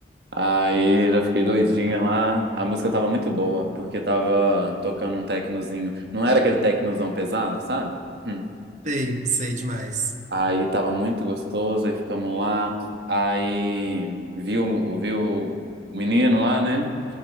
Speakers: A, on the right; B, on the right.
A: Aí já fiquei doidinha lá. A música tava muito boa, porque tava tocando um tecnozinho. Não era aquele tecnozão pesado, sabe? Hum.
B: Sei, sei demais.
A: Aí tava muito gostoso, aí ficamos lá. Aí viu o, vi o menino lá, né?